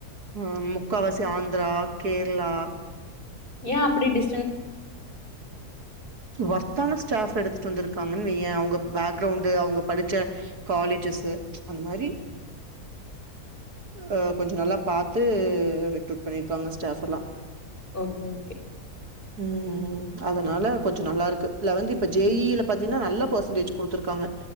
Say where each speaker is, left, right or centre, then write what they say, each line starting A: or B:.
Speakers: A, on the right; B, on the left.
A: ஆ முக்காவாசி ஆந்த்ரா கேர்ளா
B: ஏ அப்டி டிஸ்
A: ஒர்த்தான ஸ்டாஃப் எடுத் து வந்துருக்காங்கன் வைய அவுங்க பேக்ரவுன்டு அவுங்க படிச்ச காலேஜஸு அந்த மாரி ஆ கொஞ்சொ நல்லா பாத்து ரெக்ருட் பண்ணிருக்காங்க ஸ்டாஃபெல்லா
B: ஓகே ஓகே
A: ம் ம் அதனால கொஞ்சொ நல்லா இருக்கு லெவன்த்து இப்ப
B: ம்,
A: ஜே இ ல பாத்தீங்னா நல்லா பர்சன்டேஜ் குடுத்துருக்காங்க